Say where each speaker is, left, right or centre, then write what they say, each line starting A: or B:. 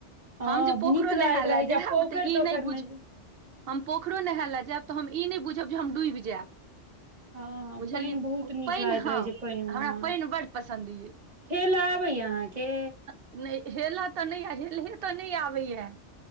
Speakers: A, on the right (about 35°); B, on the right (about 60°).
A: हँ
B: हम जे पोखरो
A: नीक लागैत
B: नहाल
A: रहै छै
B: जैब
A: आ पोखरि
B: तऽ ई
A: तोखरि
B: नहि बुझ
A: मे
B: हम पोखरि नहायए लए जायब तऽ हम ई नहि बुझब जे हम डूबि जायब
A: हँ हँ
B: बुझलियै
A: पानि बहुत नीक
B: पनि
A: लागैत
B: हँ
A: रहै छै पानि मे
B: हमरा
A: हँ
B: पानि बड्ड पसन्द यए
A: खेल आबै अहाँके
B: नहि हेलऽ तऽ न नहि हेले तऽ नहि आबे या